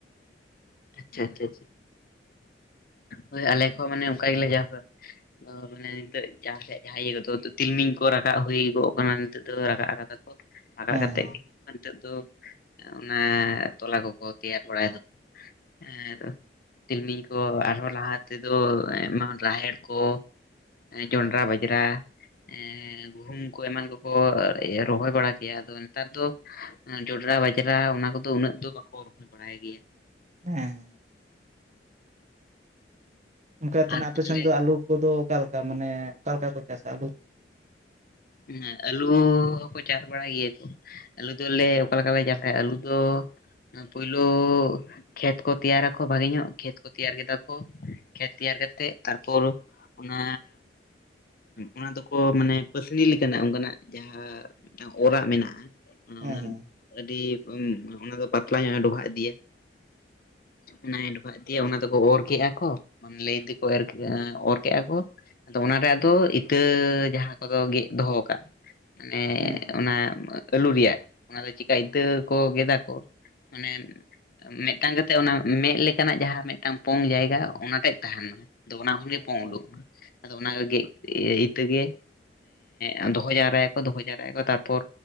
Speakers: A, on the left; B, on the right.
A: ᱟᱪᱪᱷᱟ ᱟᱪᱪᱷᱟ ᱟᱪᱪᱷᱟ ᱦᱳᱭ ᱟᱞᱮ ᱠᱚ ᱦᱚᱸ ᱢᱟᱱᱮ ᱚᱱᱠᱟ ᱜᱮᱞᱮ ᱡᱟᱥᱟ ᱢᱟᱱᱮ ᱱᱤᱛᱚᱜ ᱡᱟᱦᱟᱸ ᱤᱭᱟᱹ ᱠᱚᱫᱚ ᱛᱤᱞᱢᱤᱧ ᱠᱚ ᱨᱟᱠᱟᱵ ᱦᱩᱭ ᱠᱚᱜ ᱠᱟᱱᱟ ᱱᱤᱛᱚᱜ ᱫᱚ ᱨᱟᱠᱟᱵ ᱠᱟᱫᱟ ᱠᱚ᱾ ᱨᱟᱠᱟᱵ
B: ᱦᱮᱸ
A: ᱠᱟᱛᱮᱫ
B: ᱦᱮᱸ
A: ᱜᱮ ᱱᱤᱛᱚᱜ ᱫᱚ ᱚᱱᱟ ᱛᱚᱞᱟ ᱠᱚᱠᱚ ᱛᱮᱭᱟᱨ ᱵᱟᱲᱟᱭ ᱫᱟᱠᱚ᱾ ᱟᱨ ᱛᱤᱞᱢᱤᱧ ᱠᱚ ᱟᱨᱦᱚᱸ ᱞᱟᱦᱟ ᱛᱮᱫᱚ ᱟᱭᱢᱟ ᱨᱟᱦᱮᱲ ᱠᱚ, ᱡᱚᱱᱰᱨᱟ, ᱵᱟᱡᱽᱨᱟ ᱮᱸ ᱜᱩᱦᱩᱢ ᱠᱚ ᱮᱢᱟᱱ ᱠᱚᱠᱚ ᱨᱚᱦᱚᱭ ᱵᱟᱲᱟ ᱠᱮᱭᱟ, ᱟᱫᱚ ᱱᱮᱛᱟᱨ ᱫᱚ ᱡᱚᱸᱰᱨᱟ ᱵᱟᱡᱽᱨᱟ ᱚᱱᱟ ᱠᱚᱫᱚ ᱩᱱᱟᱹᱜ ᱫᱚ ᱵᱟᱠᱚ ᱨᱚᱦᱚᱭ ᱵᱟᱲᱟᱭ ᱜᱮᱭᱟ
B: ᱦᱮᱸ ᱚᱱᱠᱟ ᱛᱮ
A: ᱟᱨ
B: ᱟᱯᱮ
A: ᱛᱟᱦᱚᱞᱮ
B: ᱥᱮᱱ ᱫᱚ ᱟᱞᱩ ᱠᱚᱫᱚ ᱚᱠᱟ ᱞᱮᱠᱟ ᱢᱟᱱᱮ ᱚᱠᱟ ᱞᱮᱠᱟ ᱠᱚ ᱪᱟᱥᱟ ᱟᱞᱩ?
A: ᱦᱮᱸ ᱟᱹᱞᱩ ᱦᱚᱸᱠᱚ ᱪᱟᱥ ᱵᱟᱲᱟᱭ ᱜᱮᱭᱟ ᱠᱚ᱾ ᱟᱞᱩ ᱫᱚ ᱟᱞᱮ ᱚᱠᱟ ᱞᱮᱠᱟ ᱞᱮ ᱪᱟᱥᱟ ᱟᱞᱩ ᱫᱚ ᱯᱳᱭᱞᱳ, ᱠᱷᱮᱛ ᱠᱚ ᱛᱮᱭᱟᱨᱟᱚ ᱵᱷᱟᱜᱤ ᱧᱚᱜ ᱠᱷᱮᱛ ᱠᱚ ᱛᱮᱭᱟᱨᱟ ᱠᱚ ᱵᱷᱟᱹᱜᱤ ᱧᱚᱜ ᱠᱷᱮᱛ ᱠᱚ ᱛᱮᱭᱟᱨᱟ ᱠᱮᱫᱟ ᱠᱚ ᱠᱷᱮᱛ ᱛᱮᱭᱟᱨ ᱠᱟᱛᱮᱫ᱾ ᱛᱟᱨᱯᱚᱨ ᱚᱱᱟ ᱚᱱᱟ ᱫᱚᱠᱚ ᱢᱟᱱᱮ ᱯᱟᱹᱥ ᱥᱤᱱᱤ ᱞᱮᱠᱟᱱᱟᱜ ᱚᱱᱠᱟᱱᱟᱜ ᱡᱟᱦᱟᱸ ᱚᱨᱟᱜ ᱢᱮᱱᱟᱜᱼᱟ ᱚᱱᱟ
B: ᱦᱮᱸ ᱦᱮᱸ
A: ᱟᱹᱰᱤ ᱚᱱᱟ ᱫᱚ ᱯᱟᱛᱞᱟ ᱧᱚᱜ ᱮ ᱰᱚᱵᱷᱟᱜ ᱤᱫᱤᱭᱟ᱾ ᱚᱱᱟᱭ ᱮ ᱰᱚᱵᱷᱟᱜ ᱤᱫᱤᱭᱟ ᱚᱱᱟ ᱫᱚᱠᱚ ᱚᱨ ᱠᱮᱜᱼᱟ ᱠᱚ, ᱞᱟᱹᱭᱤᱱ ᱛᱮᱠᱚ ᱮᱨ ᱚᱨ ᱠᱮᱫᱼᱟ ᱠᱚ ᱟᱫᱚ ᱚᱱᱟᱨᱮ ᱟᱫᱚ ᱤᱛᱟᱹ ᱡᱟᱦᱟᱸ ᱠᱚᱫᱚ ᱜᱮᱫ ᱫᱚᱦᱚ ᱠᱟᱜ ᱢᱟᱱᱮ
B: ᱦᱮᱸ ᱦᱮᱸ
A: ᱚᱱᱟ ᱟᱹᱞᱩ ᱨᱮᱭᱟᱜ ᱚᱱᱟᱫᱚ ᱪᱮᱠᱟ ᱤᱛᱟᱹ ᱠᱚ ᱜᱮᱫ ᱟᱠᱚ ᱢᱟᱱᱮ ᱢᱤᱫ ᱴᱟᱝ ᱠᱟᱛᱮᱫ ᱚᱱᱟ ᱢᱮᱫ ᱞᱮᱠᱟᱱᱟᱜ ᱡᱟᱦᱟᱸ ᱢᱤᱫ ᱴᱟᱝ ᱯᱚᱝ ᱡᱟᱭᱜᱟ ᱚᱱᱟ ᱛᱮᱫ ᱛᱟᱦᱮᱸᱱ ᱢᱟ᱾ ᱟᱫᱚ ᱚᱱᱟ ᱠᱷᱚᱱ ᱜᱮ ᱯᱚᱝ
B: ᱟᱪᱪᱷᱟ
A: ᱩᱰᱩᱝᱚᱜᱼᱟ,
B: ᱟᱪᱪᱷᱟ
A: ᱟᱫᱚ ᱚᱱᱟ ᱜᱮᱫ ᱤᱛᱟᱹ ᱜᱮ ᱮᱸ ᱫᱚᱦᱚ ᱡᱟᱣᱨᱟᱭᱟᱠᱚ ᱫᱚᱦᱚ ᱡᱟᱣᱨᱟᱭᱟᱠᱚ ᱛᱟᱨᱯᱚᱨ